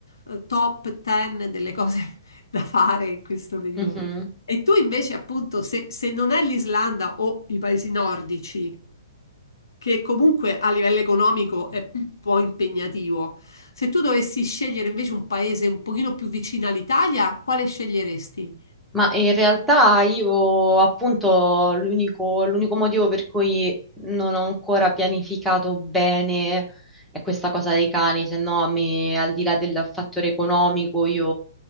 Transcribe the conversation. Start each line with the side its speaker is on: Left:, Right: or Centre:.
Left: eh, top 10 delle cose <laughs> da fare in questo periodo.
Centre: Mhm.
Left: E tu invece appunto, se, se non è l'Islanda o i paesi nordici, che comunque a livello economico è un po' impegnativo. Se tu dovessi scegliere invece un paese un pochino più vicino all'Italia, quale sceglieresti?
Centre: Ma in realtà io appunto l'unico l'unico motivo per cui non ho ancora pianificato bene è questa cosa dei cani, se no a me al di là del fattore economico io